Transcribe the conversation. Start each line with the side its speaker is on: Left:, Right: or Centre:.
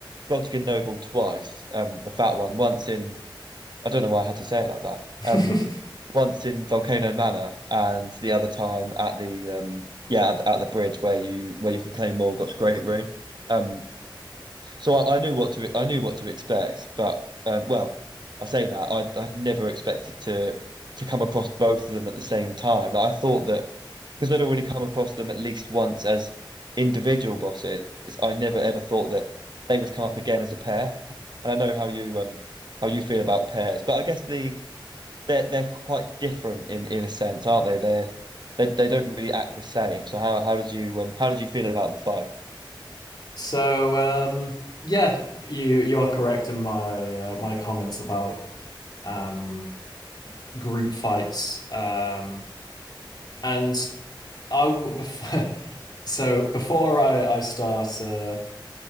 Right: Rodkin Noble twice. Um, the fat one once in I don't know why I had to say it like that.
Left: <laughs>
Right: Um, once in Volcano Manor, and the other time at the um yeah at, at the bridge where you where you can claim Morgoth's Great Rune. Um, so I, I knew what to I knew what to expect, but um, well, I say that I I'd never expected to to come across both of them at the same time. Like, I thought that because I'd already come across them at least once as individual bosses, I never ever thought that they would come up again as a pair. And I know how you um how you feel about pairs, but I guess the they're they're quite different in in a sense, aren't they? They're they they don't really act the same. So how how did you um how did you feel about the fight?
Left: So, um, yeah, you you are correct in my uh, my comments about um group fights. Um, and I w- bef <laughs> so before I I start uh,